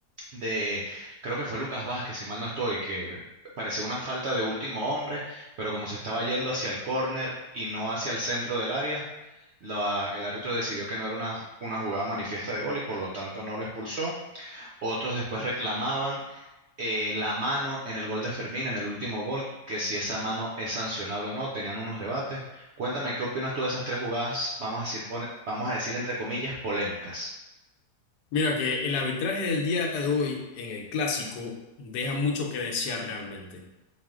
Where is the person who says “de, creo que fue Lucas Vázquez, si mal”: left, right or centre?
Right